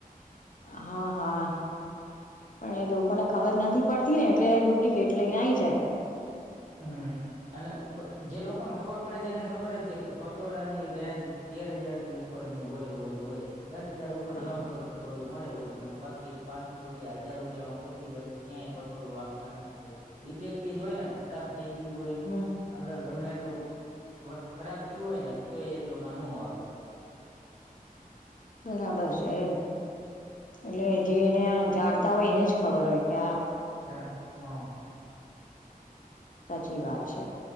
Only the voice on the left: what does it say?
હા હા. પણ એ લોકોને ખબર નથી પડતી ને એટલે ડુપ્લિકેટ લઈ ને આઈ જાય.
હા
હમ
બરાબર છે એમ. એટલે જે એને આ જાણતા હોય એને જ ખબર હોય કે આ
સાચી વાત છે,